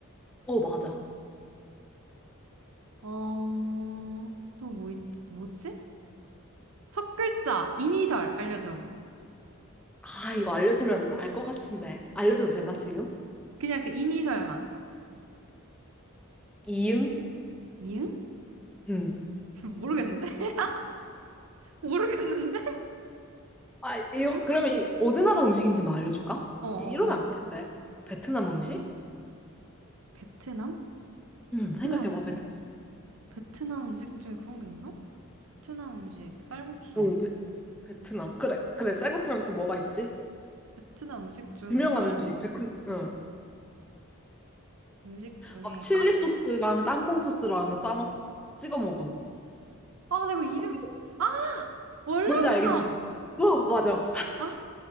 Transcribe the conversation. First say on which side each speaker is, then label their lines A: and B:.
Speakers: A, in the centre; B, on the right (about 70°).
A: 어, 맞아.
B: 어, 또 뭐, 있, 뭐지? 첫 글자, 이니셜 알려줘.
A: 아, 이거 알려주면 알 것 같은데. 알려줘도 되나, 지금?
B: 그냥 그 이니셜만.
A: 이응?
B: 이응?
A: 응.
B: 지금 모르겠는데? <laughs> 모르겠는데?
A: 아, 이거,
B: 이응?
A: 그러면 이, 어느 나라 음식인지 만 알려줄까?
B: 어, 어,
A: 이- 이러면
B: 어.
A: 안 텐데. 베트남 음식?
B: 베트남?
A: 응,
B: 베트남
A: 생각해봐,
B: 음식.
A: 베트남.
B: 베트남 음식 중에 그런 게 있나? 베트남 음식, 쌀국수.
A: 응, 베, 베트남. 그래, 그래, 쌀국수랑 또 뭐가 있지?
B: 베트남 음식 중에
A: 유명한
B: 쌀
A: 음식, 음, 베큰, 응.
B: 음식 중에
A: 막 칠리
B: 아,
A: 음. 소스랑 땅콩 소스랑 싸먹, 찍어 먹어.
B: 아 내가
A: 어,
B: 이름
A: 이거
B: 아 월남쌈
A: 뭔지 알겠지? 어, 맞아.
B: 아